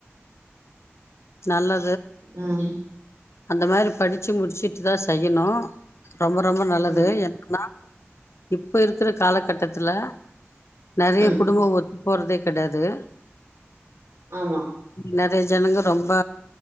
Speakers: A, on the left; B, on the right.
A: நல்ல
B: ம்
A: அந்த மாரி படிச்சு முடிச்சுட்டு தா செய்யணு ரொம்ப ரொம்ப நல்லது
B: ம்
A: ஏன்னா இப்ப இருக்குற காலகட்டத்துல நறைய
B: ம்
A: குடும்ப ஒத் போறதே கெடையாது
B: ஆமா
A: நறைய ஜனங்க ரொம்ப